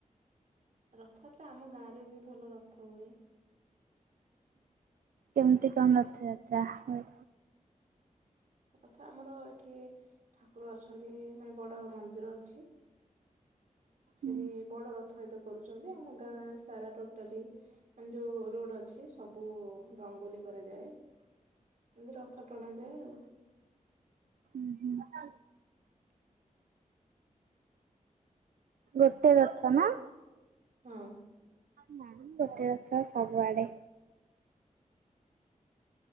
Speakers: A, on the right; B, on the right.
A: ରଥଯାତ୍ରା ଆମ ଗାଁରେ ବି ଭଲ ରଥ ହୁଏ।
B: କେମିତି କଣ ରଥଯାତ୍ରା ହୁଏ?
A: ରଥ ଆମର ଏଠି ଠାକୁର ଅଛନ୍ତି ମାନେ ବଡ ମନ୍ଦିର ଅଛି। ସେଠି
B: ହୁଁ
A: ବଡ଼ ରଥ ଯାତ୍ରା କରୁଛନ୍ତି ଆମ ଗାଁରେ ସାରା ଟୋଟାଲି ମାନେ ଯୋଉ ରୋଡ ଅଛି ସବୁ ରଙ୍ଗୋଲି କରାଯାଏ। ଏମତି ରଥ ଟଣାଯାଏ ଆଉ।
B: ହୁଁ । ଗୋଟେ ରଥ ନା?
A: ହଁ।
B: ନା ଗୋଟେ ରଥ ସବୁଆଡେ।